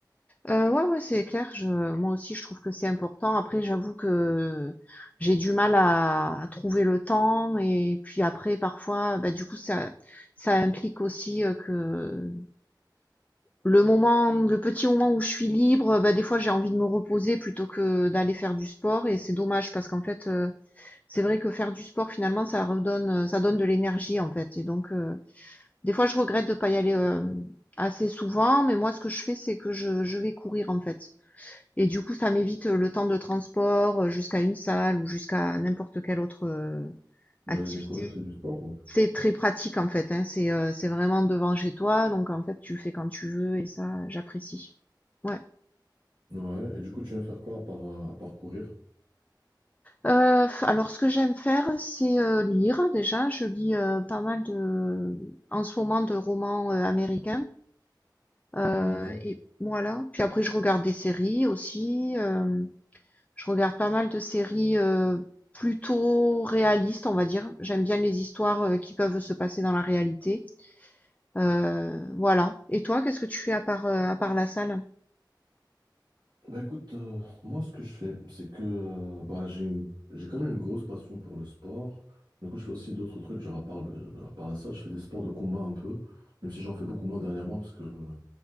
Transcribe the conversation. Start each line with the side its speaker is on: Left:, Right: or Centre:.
Left: Euh, ouais, ouais, c'est clair. Je, moi aussi, je trouve que c'est important. Après, j'avoue que j'ai du mal à, à trouver le temps. Et puis après, parfois, bah, du coup, ça, ça implique aussi euh, que le moment, le petit moment où je suis libre, bah, des fois, j'ai envie de me reposer plutôt que d'aller faire du sport. Et c'est dommage parce qu'en fait, euh, C'est vrai que faire du sport, finalement, ça redonne, euh, ça donne de l'énergie, en fait et donc heu, des fois, je regrette de pas y aller, hem, assez souvent, mais moi, ce que je fais, c'est que je je vais courir, en fait et du coup, ça m'évite, euh, le temps de transport, heu, jusqu'à une salle ou jusqu'à n'importe quelle autre, heu,
Right: Bah,
Left: activité.
Right: mes coureurs, c'est du sport, donc.
Left: C'est très pratique, en fait, hein, c'est, heu, c'est vraiment devant chez toi donc en fait, tu le fais quand tu veux et ça, j'apprécie. Ouais.
Right: Ouais, et du coup, tu aimes faire quoi à part, euh, à part courir?
Left: Heu, alors ce que j'aime faire, c'est, heu, lire déjà. Je lis, heu, pas mal de en ce moment de romans, heu, américains, heu
Right: D'accord.
Left: et voilà. Puis après je regarde des séries aussi, hem, je regarde pas mal de séries, heu, plutôt réalistes, on va dire. J'aime bien les histoires, heu, qui peuvent se passer dans la réalité, heu, voilà. Et toi, qu'est-ce que tu fais à part, heu, à part la salle?
Right: Bah écoute, euh, moi ce que je fais, c'est que euh, bah, j'ai une- j'ai quand même une grosse passion pour le sport. Du coup, je fais aussi d'autres trucs, genre à part, le- à part la salle, je fais des sports de combat un peu, même si j'en fais beaucoup moins dernièrement parce que